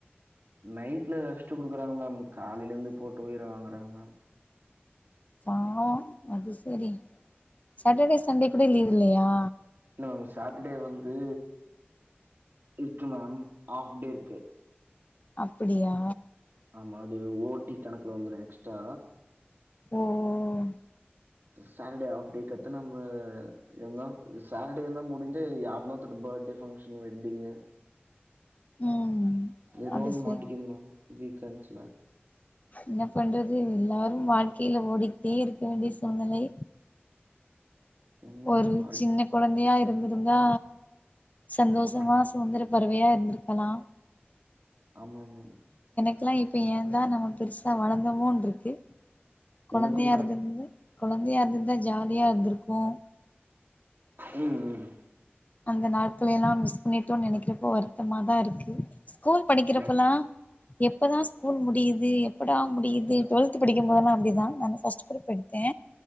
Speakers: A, on the right; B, on the left.
A: நைட்ல ரெஸ்ட்டு குடுக்குறாங்க மேம் காலையில இருந்து போட்டு உயிரவாங்குறாங்க மேம்
B: செம அது சேரி சாட்டர்டே சண்டே கூட லீவ் இல்லையா
A: இல்ல மேம் சாட்டர்டே வந்து இருக்கு மேம் ஆஃப்டே இருக்கு
B: அப்படியா
A: ஆமா அது ஓடி கணக்குல வந்துரும் எக்ஸ்ட்ரா
B: ஓ ஓ ஓ
A: சேட்டர்டே ஆப்டேக்கடுத்து நம்ப இருந்தா சேட்டர்டே முடிஞ்ச யார்னா அடுத்து நம்ப பர்த்டே ஃபங்க்ஷன் வெட்டிங்கு
B: ம்
A: ஏதோ
B: அது
A: ஒன்னு
B: செரி
A: மாட்டக்குது மேம் வீக்கெண்ட்ஸ்ல
B: என்ன பண்றது எல்லாரும் வாழ்க்கையில ஓடிக்ட்டே இருக்க வேண்டிய சூழ்நிலை
A: எங்க மேம்
B: ஒரு
A: வாழ்க்க
B: சின்ன குழந்தையா இருந்திருந்தா சந்தோஷமா
A: ஆமா
B: சுதந்திர பறவையா இருந்திருக்கலாம்
A: ஆமா மேம்
B: எனக்குலா இப்ப ஏந்தா நம்ம பெருசா வளர்ந்தமோன்னு இருக்கு கொழந்தையா
A: எனக்கும் மேம்
B: இருந்துருந்தா குழந்தையா இருந்துருந்தா ஜாலியா இருந்திருக்கும்
A: உம் உம்
B: அந்த நாட்கள எல்லாம் மிஸ் பண்ணிட்டோம்னு நினைக்கிறப்போ வருத்தமாதா இருக்கு ஸ்கூல் படிக்கிறப்பலாம்
A: நட்
B: எப்போ தா ஸ்கூல் முடியுது எப்படா முடியுது டுவெல்த் படிக்கும்போதெல்லாம் அப்படிதா நா ஃபர்ஸ்ட் குரூப் எடுத்தே